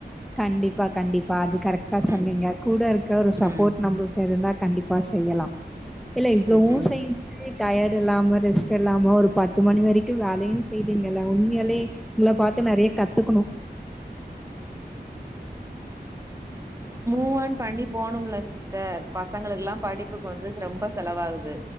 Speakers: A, in the centre; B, on the right.
A: கண்டிப்பா கண்டிப்பா அது கரெக்டா சொன்னீங்க
B: ம்
A: கூட இருக்க ஒரு சப்போர்ட்
B: ம்
A: நம்பளுக்கு இருந்தா கண்டிப்பா செய்யலாம் இல்ல இவ்வளவும்
B: ம் ம்
A: செஞ்சுட்டு டையர்டு இல்லாம ரெஸ்ட் இல்லாம ஒரு பத்து மணி வரைக்கும் வேலையும் செய்றீங்கல்ல உண்மையில உங்களை பார்த்து நிறைய கத்துக்கணும்
B: மூவான் பண்ணி போனும்ல சிஸ்டர் பசங்களுக்குல்லாம் படிப்புக்கு வந்து ரொம்ப செலவாகுது